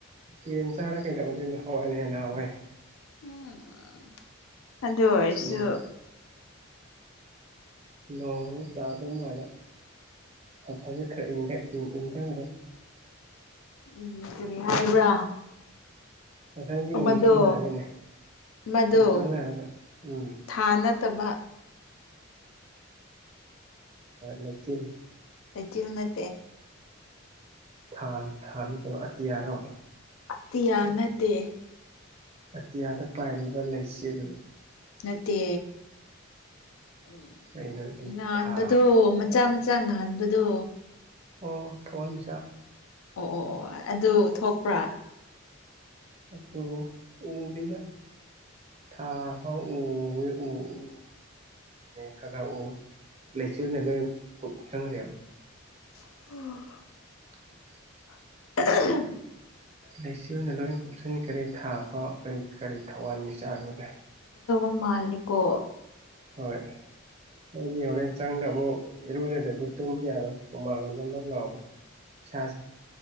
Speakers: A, on the right (about 30°); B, on the left (about 80°).
A: ꯌꯦꯟ ꯆꯥꯔ ꯀꯩꯗꯧꯗꯣꯏꯅꯣ ꯍꯋꯥꯏꯅ ꯍꯦꯟꯅ ꯍꯥꯎꯋꯦ
B: ꯎꯝ ꯑꯗꯨ ꯑꯩꯁꯨ
A: ꯅꯣꯡ ꯅꯣꯡꯃ ꯇꯥ ꯑꯗꯨ ꯃꯦ ꯞ ꯁꯕꯤ ꯏꯗꯥꯡꯔ
B: ꯎꯝ ꯀꯔꯤ ꯍꯥꯏꯕ꯭ꯔꯥ
A: ꯉꯁꯥꯏꯗꯤ ꯑꯣꯝ
B: ꯃꯗꯨꯣ
A: ꯆꯥꯡꯅꯔꯒꯅꯦ
B: ꯃꯗꯨꯣ
A: ꯑꯣꯝ ꯆꯥꯡꯅꯔꯒ ꯎꯝ
B: ꯊꯥꯅ ꯇꯕꯥꯛ
A: ꯂꯦꯆꯤꯟ
B: ꯀꯆꯤꯅꯠꯇꯦ
A: ꯊꯥꯟ ꯊꯥꯟ ꯇꯕ ꯑꯇꯤꯌꯥꯔꯣ
B: ꯑꯌꯥ ꯅꯠꯇꯦ
A: ꯑꯇꯤꯌꯥꯗ ꯄꯥꯏꯔꯤꯕ ꯂꯩꯆꯤꯜ
B: ꯅꯠꯇ ꯎꯝ
A: ꯀꯩꯅꯣꯗꯤ
B: ꯉꯥꯟꯕꯗꯣ
A: ꯊꯥ
B: ꯃꯆꯥ ꯃꯆꯥ ꯉꯥꯟꯕꯗꯣ
A: ꯑꯣ ꯊꯧꯋꯥ ꯃꯁꯥ
B: ꯑꯣ ꯑꯣ ꯑꯣ ꯑꯗꯨ ꯊꯣꯛꯄ꯭ꯔꯥ
A: ꯑꯗꯨꯣ ꯎꯗꯅ ꯊꯥ ꯐꯥꯎ ꯎꯋ ꯎ ꯎ ꯈꯈꯥ ꯎ ꯂꯩꯦꯆꯦꯜ ꯅꯂꯣꯏ ꯀꯊꯥꯡꯔ
B: ꯑꯣ
A: <inaudible>
B: <inaudible>
A: ꯂꯩꯆꯤꯅ ꯂꯣꯏ ꯀꯨꯞꯁꯤꯟ ꯀꯔꯤ ꯊꯥꯕ ꯀꯔꯤ ꯀꯔꯤ ꯊꯋꯥꯟ ꯃꯤ ꯆꯥꯡꯕꯒꯦ
B: ꯃꯥꯛꯣ
A: ꯍꯣꯏ ꯑꯩꯗꯤ ꯍꯣꯔꯦꯟ ꯆꯥꯡꯗ ꯑꯃꯨꯛ ꯏꯔꯨꯖꯗꯗꯤ ꯇꯨꯝꯕ ꯌꯥꯔꯣꯏ ꯎꯃꯥꯡꯒ ꯅꯝ ꯂ ꯂꯥꯎꯔꯦ ꯏꯁꯥꯁꯦ